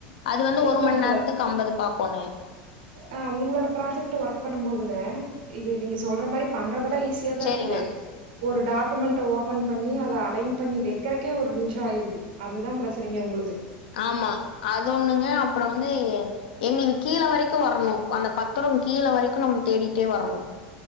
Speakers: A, on the left; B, on the right.
A: அது வந்து
B: உங்களோட
A: ஒரு மண் நேரத்துக்கு அம்பது பாக்கோணு
B: ஆ உங்ளோட ப்ராஜக்ட்டு ஒர்க் பண்ணும் போதுங்க இது நீங்க சொல்ற மாரி பண் றதெல்லா ஈஸியா தா
A: சரிங்க.
B: இருக்குது ஒரு டாக் குமெண்ட்ட ஓபன் பண்ணி அத அலைன் பண்ணி வக்கிறக்கே ஒரு நிம்ஷொ ஆயிருது அதுதா பிரச்சனைங்க உங்களுகு
A: ஆமா அது ஒண்ணுங்க அப்புறொ வந்து எங்ளுது கீழ வரைக்கு வர்ணு அந்த பத்திரம் கீழ வரைக்கு நம் தேடிக்ட்டே வர்ணு